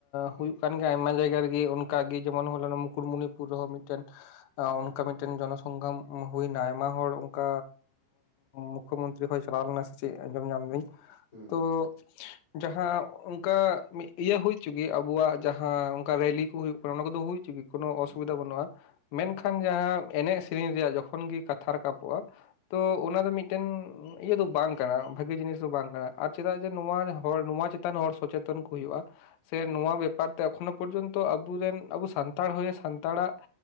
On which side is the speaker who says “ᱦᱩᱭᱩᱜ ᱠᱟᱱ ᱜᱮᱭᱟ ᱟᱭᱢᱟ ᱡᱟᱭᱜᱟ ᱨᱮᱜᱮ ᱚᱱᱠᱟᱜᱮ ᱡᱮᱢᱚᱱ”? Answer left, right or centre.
Left